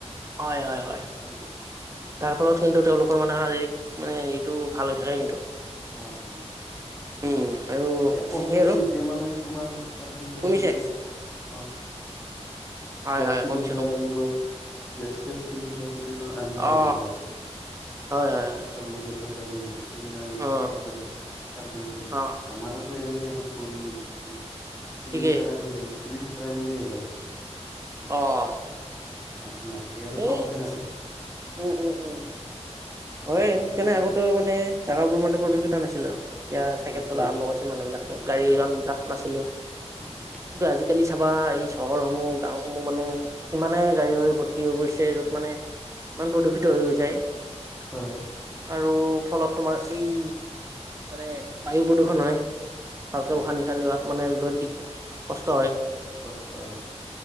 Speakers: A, on the right (about 25°); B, in the centre.
A: হয়ঁ হয়ঁ হয়ঁ
B: তেনেকুৱা
A: তাৰ ফলত কিন্তু তেওঁলোক- এইটো মানে শাৰীৰিক মানে হেৰিটো ভাল হৈ থাকে কিন্তু-
B: ভাল হৈছে ভাল হৈছে।
A: উম আৰু
B: এ কমিছে
A: সেই আৰু
B: যে মানে তোমাৰ চাৰ্কেল তাইকেল
A: কমিছে
B: মানে কিবা- অ'গেছ
A: হয় হয়
B: চিলিণ্ডাৰ
A: কমিছে কমিছে
B: আনিব গেছ চেচ চিলিণ্ডাৰ দিলি <unintelligible> আনব
A: অ
B: আহিব পাৰ।
A: হয়, হয়, হয়।
B: তমানে গেছৰ গাড়ী আহিলে চিলিণ্ডাৰ আনবলকে
A: অ
B: চাৰ্কল চাৰ্কেলখান লাগে
A: অ
B: আমাৰ ত' এনে এখন পৰি আছে মানে চিলিণ্ডাৰ
A: ঠিকেই
B: আনিলেই, চিলিণ্ডাৰ আনিলেহে লাগে।
A: অ',
B: এনে নালাগে। এনে
A: ধেইত
B: চলোৱাই নাযায়
A: উম, উম, উম। হয়
B: এইটোৱে
A: সেইকাৰণে
B: আৰু
A: আগতেও মানে জোগাবোৰ মানে প্ৰদূষিত নাছিল আৰু তেতিয়া চাইকেল
B: নাছিল
A: চলা আৰম্ভ কৰি যে মানুহ বিলাকে গাড়ী <unintelligible> মাৰি নাছিলে।
B: হয়।
A: কিন্তু আজিকালি চাবা এই চহৰসমূহ গাওঁ সমূহ মানে ইমানে গাড়ী হৈ ভৰ্তি হৈ গৈছে য'ত মানে ইমান প্ৰদূষিত হৈ গৈছে
B: হয়।
A: আৰু ফলত তোমাৰ এই মানে বায়ু প্ৰদূষণ হয়। ভালকে
B: হয়
A: উশাহ-নিশাহ
B: হয়
A: লিৱাত মানে বহুত দিগ মানে কষ্ট হয়।
B: কষ্ট হয়।